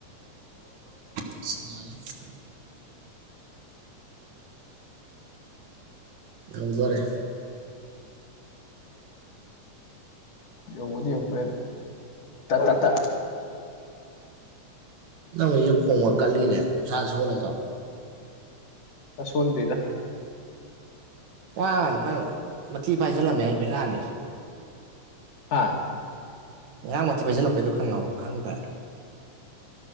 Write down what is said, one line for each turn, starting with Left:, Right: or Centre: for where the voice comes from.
Right: ꯀꯦ ꯌꯥꯎꯗꯣꯔꯦ
Left: ꯌꯧꯗꯤ ꯌꯧꯒꯦ ꯇ ꯇ ꯇ
Right: ꯅꯪ ꯍꯧꯖꯤ ꯈꯣꯝꯃ ꯀꯂꯤꯅꯦꯦ ꯁꯥꯥ ꯁꯨꯔꯁꯨꯣ
Left: ꯑ ꯁꯨꯅ ꯆꯗ
Right: ꯑ ꯅꯪ ꯃꯊꯤ ꯄꯥꯏꯁꯤꯜꯂꯝꯃꯦ ꯍꯥꯏꯐ ꯂꯛꯑꯅꯤ
Left: ꯍꯥ
Right: ꯉꯍꯥꯛ ꯃꯨꯊꯤ ꯄꯩꯁꯤꯜꯂꯛꯄꯩꯗꯣ ꯈꯪꯉꯕ ꯈꯪꯗ꯭ꯔꯥꯏ